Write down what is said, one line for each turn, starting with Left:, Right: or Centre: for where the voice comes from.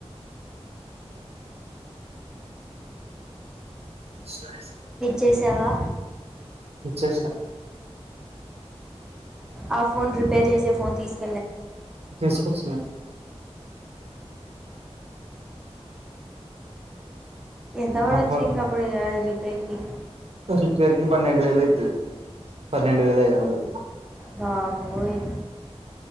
Right: <inaudible>
Centre: చేసావా
Right: ఇచ్చేసా
Centre: ఆ ఫోన్ రిపేర్ చేసే ఫోన్ తీసుకు
Right: తీసుకువస్తున్న
Centre: ఎంట వడి
Right: ఆ
Centre: వచ్చి
Right: ఫోన్
Centre: ఇంక అప్పుడు ఇగా రిపేర్ కి ర్
Right: రిపేర్ కి పన్నెండు వేలు అయితది పన్నెండు వేల ఐదు వందలు
Centre: బాబోయి